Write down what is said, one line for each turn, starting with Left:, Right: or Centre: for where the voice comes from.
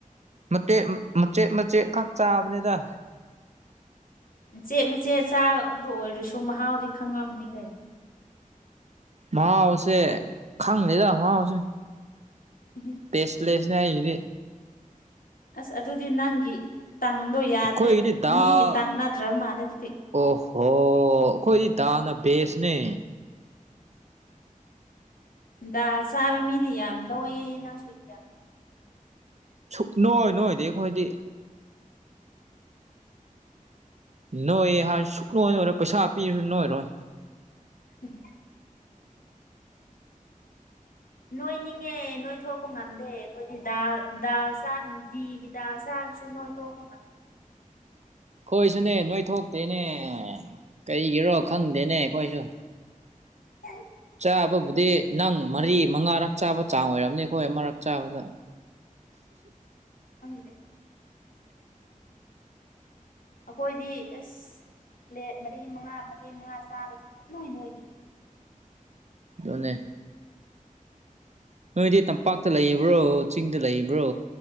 Right: ꯃꯦꯠ ꯃꯆꯦꯠ ꯃꯆꯦꯠꯈꯛ ꯆꯥꯕꯅꯦꯗ
Left: ꯃꯆꯦꯠ ꯃꯆꯦꯠ ꯆꯥꯕ ꯑꯣꯏꯔꯁꯨ ꯃꯍꯥꯎꯗꯤ ꯈꯪꯉꯝꯅꯤ ꯀꯩꯅꯣ
Right: ꯃꯍꯥꯎꯁꯦ ꯈꯪꯗꯦꯗ ꯃꯍꯥꯎꯁꯦ
Left: ꯎꯝ
Right: ꯄꯦꯁꯂꯦꯁꯅꯦ ꯍꯥꯏꯁꯤꯗꯤ
Left: ꯑꯁ ꯑꯗꯨꯗꯤ ꯅꯪꯒꯤ ꯇꯪꯗꯣ ꯌꯥꯗ꯭ꯔꯦ
Right: ꯑꯩꯈꯣꯏꯒꯤꯗꯤ ꯗꯥꯜ
Left: ꯃꯤꯒꯤ ꯇꯪ ꯅꯠꯇ꯭ꯔ ꯃꯥꯜꯂꯦ ꯑꯗꯨꯗꯤ
Right: ꯑꯣꯍꯣ ꯑꯩꯈꯣꯏꯗꯤ ꯗꯥꯜꯅ ꯕꯦꯁꯅꯦ
Left: ꯗꯥꯜ ꯆꯥꯕ ꯃꯤꯗꯤ ꯌꯥꯝ ꯅꯣꯡꯌꯦꯌꯦ ꯅꯪꯁꯨ ꯌꯥꯝ
Right: ꯁꯨꯛ ꯅꯣꯏ ꯅꯣꯏꯗꯦ ꯑꯩꯈꯣꯏꯗꯤ ꯅꯣꯏꯌꯦ ꯍꯥꯏ ꯁꯨꯛꯅꯣꯏ ꯅꯣꯏꯔꯣꯏ ꯄꯩꯁꯥ ꯄꯤꯔꯁꯨ ꯅꯣꯏꯔꯣꯏ
Left: ꯎꯝ ꯅꯣꯏꯅꯤꯡꯉꯦ ꯅꯣꯏꯊꯣꯛꯄ ꯉꯝꯗꯦ ꯑꯩꯈꯣꯏꯗꯤ ꯗꯥꯜ ꯗꯥꯜ ꯆꯥ ꯅꯨꯡꯇꯤꯒꯤ ꯗꯥꯜ ꯆꯥꯔꯁꯨ ꯅꯣꯏ ꯂꯒꯨꯝ
Right: ꯈꯣꯏꯁꯨꯅꯦ ꯅꯣꯏꯊꯣꯛꯇꯦꯅꯦ ꯀꯔꯤꯒꯤꯔꯣ ꯈꯪꯗꯦꯅꯦ ꯑꯩꯈꯣꯏꯁꯨ
Left: ꯑꯝ
Right: ꯆꯥꯕꯕꯨꯗꯤ ꯅꯪ ꯃꯔꯤ ꯃꯉꯥꯔꯛ ꯆꯥꯕ ꯆꯥꯡ ꯑꯣꯏꯔꯝꯅꯤ ꯑꯩꯈꯣꯏ ꯑꯃꯔꯛ ꯆꯥꯕꯗ
Left: ꯈꯪꯗꯦ ꯑꯩꯈꯣꯏꯗꯤ ꯑꯦꯁ ꯄ꯭ꯂꯦꯠ ꯃꯔꯤ ꯃꯉꯥ ꯃꯔꯤ ꯃꯉꯥ ꯆꯥꯔꯁꯨ ꯁꯨꯛꯅꯣꯏ ꯅ ꯅꯣꯏꯗꯦ
Right: ꯗꯨꯅꯦ ꯅꯣꯏꯗꯤ ꯇꯝꯄꯥꯛꯇ ꯂꯩꯕ꯭ꯔꯣ ꯆꯤꯡꯗ ꯂꯩꯕ꯭ꯔꯣ